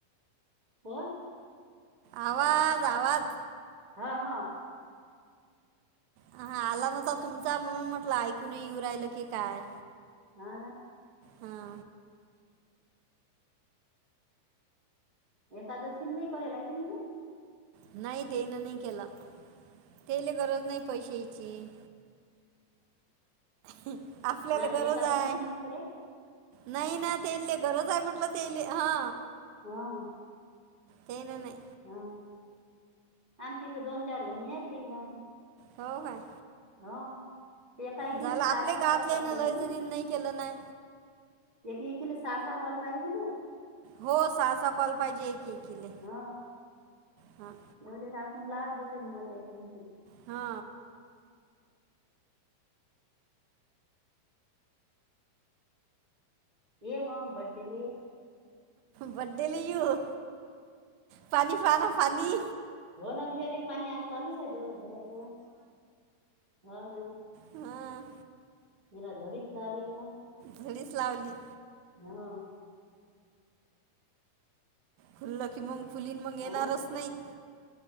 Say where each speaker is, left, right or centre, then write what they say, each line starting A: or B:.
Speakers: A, on the right; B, on the right.
A: कोण?
B: आवाज. आवाज.
A: हा. हा.
B: हा. आला नव्हता तुमचा. म्हणून म्हटलं ऐकू नाई येऊ राहिलं की काय.
A: हा ना.
B: हा.
A: एकादशी नाही करेल आहे का तिन?
B: नाही तेन नाही केला. त्याले गरज नाही पैशाची. हं. आपल्याला
A: म्हटलं
B: गरज
A: एकादशी
B: हाय.
A: नाही करेल
B: नाही ना तेले गरज आहे म्हटलं तेले. हा.
A: हां.
B: तेन नाही.
A: हाव. आमच्या इथ दोन चार जणीयेत ते घ्याव.
B: हो काय?
A: हो. एका एकी
B: झालं
A: सहा
B: आपल्या
A: सहा
B: गावातले
A: पाहिजे करता
B: ना लय
A: येतेनी.
B: जणीनं नाही केलं ना
A: एक एकील सहा कॉल पाहिजे ना ते?
B: हो सहा सहा कॉल पाहिजे. एकीले
A: हो.
B: हां
A: जाऊदेस आपण लावत जाऊ म बाई एकामेकीला.
B: हा.
A: येमांग बडेले.
B: बडेला येऊ? पाणी पाना पाणी.
A: हो ना बिचारे पाणी आज चालूच आहे दिवस भरा्याच. हो ना.
B: ह.
A: मेरा डी खलाारया त <unintelligible>
B: धडीच लावली.
A: ह.
B: खुल्लं की मग खुलीन मग येणारच
A: हा
B: नाही.